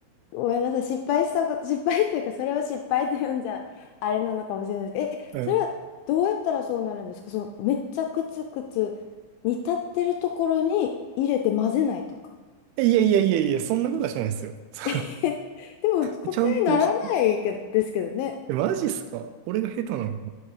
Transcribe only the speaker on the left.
ごめんなさい。失敗したこと、<laughs> 失敗というか、それを失敗と呼んじゃ、あれなのかもしれないですけど、え、
それはどうやったらそうなるんですかその、めっちゃくつくつ煮立ってるところに入れて混ぜないとか。
<laughs> えでも答えならないけですけどね。